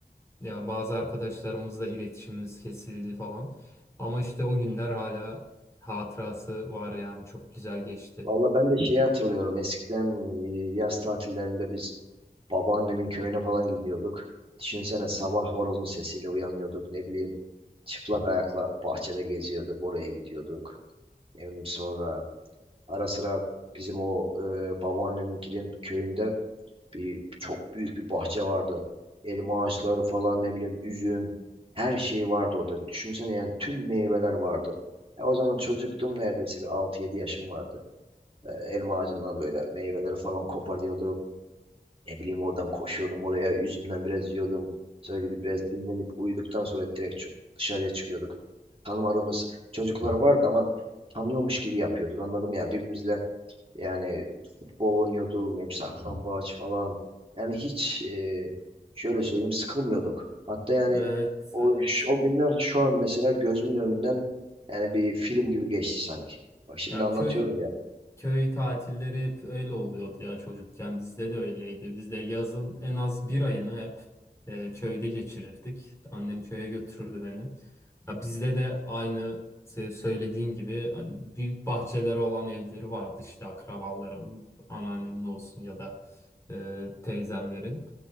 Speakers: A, on the left (about 15°); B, on the right (about 35°).
A: ya bazı arkadaşlarımızla iletişimimiz kesildi falan. Ama işte o günler hala hatırası var yani çok güzel geçti.
B: Valla ben de şeyi hatırlıyorum. Eskiden e, yaz tatillerinde biz babaannemin köyüne falan gidiyorduk. Düşünsene sabah horozun sesiyle uyanıyorduk. Ne bileyim çıplak ayakla bahçede geziyorduk. Oraya gidiyorduk. Hem sonra ara sıra bizim o e, babaanneminkinin köyünde bir çok büyük bir bahçe vardı. Elma ağaçları falan ne bileyim üzüm her şey vardı orada. Düşünsene yani tüm meyveler vardı. Ya o zaman çocuktum
A: Hmm.
B: neredeyse bir altı yedi yaşım vardı. E, elma ağacından böyle meyveleri falan koparıyordum. Ne bileyim oradan koşuyordum oraya. Üzümden biraz yiyordum. Sonra gidip biraz dinlenip uyuduktan sonra direkt çö- dışarıya çıkıyorduk. Tanımadığımız çocuklar vardı ama tanıyormuş gibi yapıyorduk. Anladım ya birbirimizle yani futbol oynuyorduk. Ne bileyim saklambaç falan. Yani hiç e, şöyle söyleyeyim sıkılmıyorduk. Hatta yani
A: Evet,
B: o,
A: evet.
B: o günler şu an mesela gözümün önünden yani bir film gibi geçti sanki. Bak şimdi
A: Ya
B: anlatıyorum
A: köy
B: ya.
A: Köy tatilleri hep öyle oluyordu ya çocukken. Bizde de öyleydi. Biz de yazın en az bir ayını hep e, köyde geçirirdik. Annem köye götürürdü beni. Ya bizde de aynı se- söylediğin gibi hani büyük bahçeleri olan evleri vardı işte akrabalarımın, anneannemin olsun ya da e, teyzemlerin.